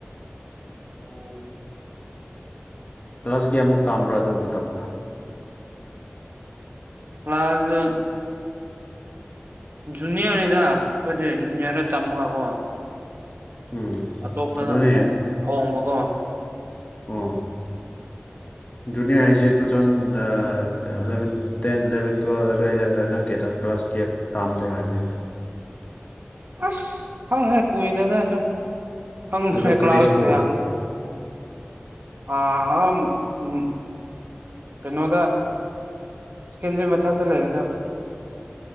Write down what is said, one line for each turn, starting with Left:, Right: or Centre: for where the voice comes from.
Right: ꯎꯝ
Left: ꯀ꯭ꯂꯥꯁ ꯀꯌꯥꯃꯨꯛ ꯇꯥꯝꯕ꯭ꯔꯥ ꯑꯗꯨ ꯃꯇꯝꯗ
Right: ꯐ꯭ꯂꯥꯎꯖꯣ ꯖꯨꯅꯤꯌꯔꯅꯤꯗ ꯑꯩꯈꯣꯏꯗꯤ ꯖꯨꯅꯤꯌꯥꯔꯗ ꯇꯝꯃꯒꯀꯣ
Left: ꯎꯝ
Right: ꯑꯇꯣꯞꯄꯗ
Left: ꯑꯗꯨꯅꯦ
Right: ꯑꯃꯨꯛ ꯍꯣꯡꯕꯀꯣ
Left: ꯑ
Right: <unintelligible>
Left: ꯖꯨꯅꯤꯌꯔ ꯍꯥꯏꯁꯦ two thousand ten eleven twelve ꯑꯗꯨꯋꯥꯏꯗ ꯅꯪ ꯀ ꯇꯥꯝꯕ꯭ꯔꯥ ꯍꯥꯏꯕꯅꯤꯅ
Right: ꯑꯁ ꯈꯪꯗ꯭ꯔꯦ ꯀꯨꯏꯔꯦꯗ ꯑꯗꯨ ꯈꯪꯗ꯭ꯔꯦ
Left: ꯑꯗꯨ
Right: ꯀ꯭ꯂꯥꯁꯁꯨ
Left: ꯀꯔꯤ ꯁ꯭ꯀꯨꯜ
Right: ꯀꯌꯥꯅꯣ ꯑ ꯑ ꯎ ꯀꯩꯅꯣꯗ ꯁꯀꯦꯟꯗꯔꯤ ꯃꯊꯛꯇ ꯂꯩꯔꯦꯗ